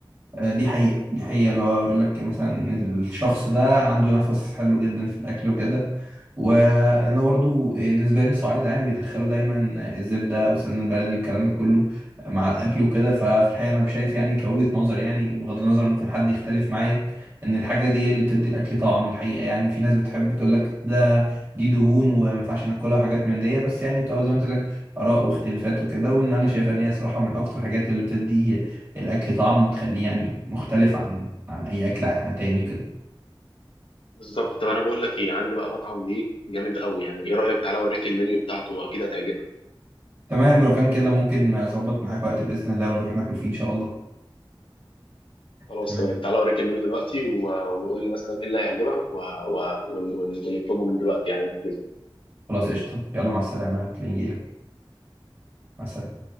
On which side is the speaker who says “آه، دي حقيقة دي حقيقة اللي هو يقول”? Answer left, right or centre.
Right